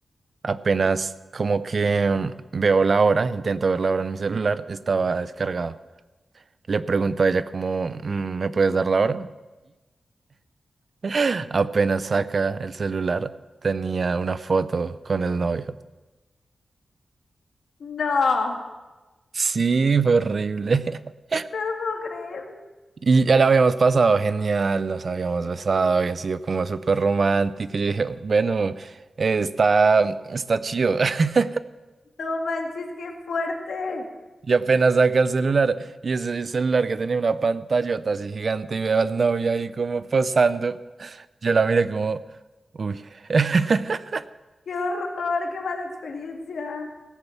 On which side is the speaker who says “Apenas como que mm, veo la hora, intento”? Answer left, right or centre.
Right